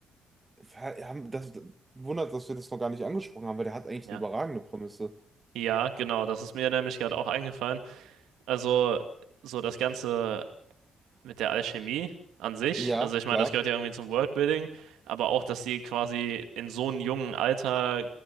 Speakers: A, on the right; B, on the right.
A: Wir haben das, wundert, dass wir das noch gar nicht angesprochen haben, weil der hat eigentlich
B: Ja.
A: eine überragende Prämisse.
B: Ja, genau, das ist mir nämlich gerade auch eingefallen. Also, so das ganze. mit der Alchemie an sich.
A: Ja,
B: Also ich
A: klar.
B: meine, das gehört ja irgendwie zum Worldbuilding, aber auch, dass sie quasi in so einem jungen Alter